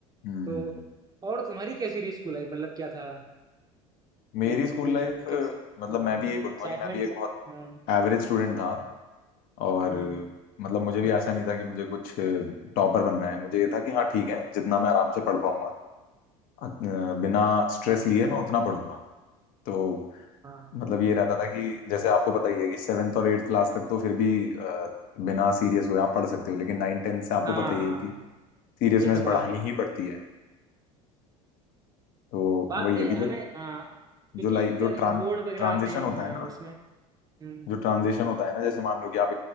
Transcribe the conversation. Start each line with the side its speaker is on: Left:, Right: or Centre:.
Left: हम्म
Right: तो और तुम्हारी कैसी रही स्कूल लाइफ मतलब क्या था
Left: मेरी
Right: लाइक
Left: स्कूल लाइफ
Right: कैसा
Left: मतलब
Right: हाँ
Left: मैं भी
Right: एक्साइटमेंट
Left: यही बोलूंगा कि मैं भी एक बहुत
Right: हाँ
Left: एवरेज स्टूडेंट था और
Right: हम्म,
Left: मतलब मुझे भी ऐसा नहीं था कि मुझे कुछ टॉपर बनना है मुझे ये था कि हाँ ठीक है जितना मैं आराम से पढ़ पाऊंगा अ, बिना स्ट्रेस लिए मैं उतना पढ़ूंगा तो
Right: हाँ
Left: मतलब ये रहता था कि जैसे आपको पता ही है कि सेवेंथ और एट्थ क्लास तक तो फिर भी अ, बिना सीरियस हुए आप पढ़ सकते हो लेकिन नाइन टेंथ से आपको
Right: हाँ
Left: पता ही है कि सीरियसनेस
Right: ये तो बात
Left: बढ़ानी
Right: है
Left: ही पड़ती है तो
Right: बाद
Left: वही
Right: में
Left: है कि जो
Right: हमें हाँ क्योंकि
Left: जो लाइफ जो ट्रां
Right: बोर्ड वगैरह
Left: ट्रांजिशन
Right: आते हैं
Left: होता
Right: हाँ
Left: है ना
Right: उसमें हम्म
Left: जो ट्रांजिशन होता है ना जैसे मान लो कि आप